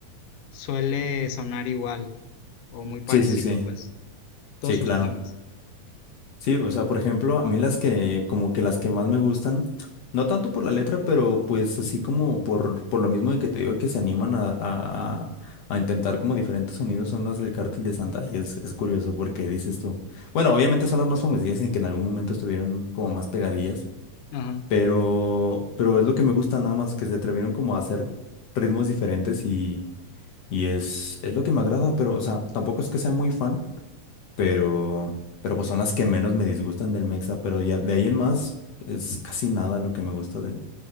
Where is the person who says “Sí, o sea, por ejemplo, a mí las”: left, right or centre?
Left